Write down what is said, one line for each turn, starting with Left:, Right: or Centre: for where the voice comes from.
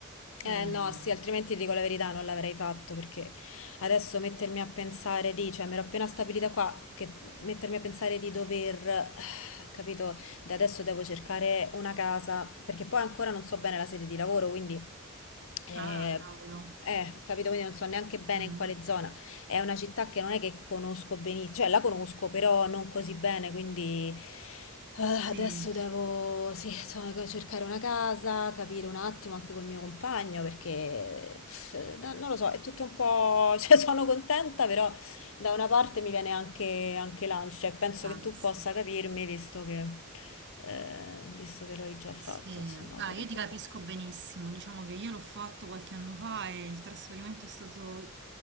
Right: Ehm,
Left: Eh no, sì, altrimenti ti dico la verità, non l'avrei fatto perché adesso mettermi a pensare di, cioè mi ero appena stabilita qua, che mettermi a pensare di dover, <sighs> eh, capito, da adesso devo cercare una casa, perché poi ancora non so bene la sede di lavoro, quindi, eh,
Right: ah, cavolo.
Left: eh, capito, quindi non so neanche bene
Right: Mm,
Left: in quale zona. È una città che non è che conosco benissimo, cioè la conosco, però non così bene, quindi eh, Adesso
Right: sì,
Left: devo, sì, insomma, co- cercare una casa, capire un attimo anche col mio compagno perché pff, no- non lo so, è tutto un po', <laughs> cioè sono contenta, però da una parte mi viene anche, anche l'ansia e penso che
Right: anzi.
Left: tu possa capirmi visto che, eh, visto che l'hai già fatto,
Right: Sì,
Left: insomma,
Right: ah,
Left: pure
Right: io ti
Left: tu.
Right: capisco benissimo, diciamo che io l'ho fatto qualche anno fa e il trasferimento è stato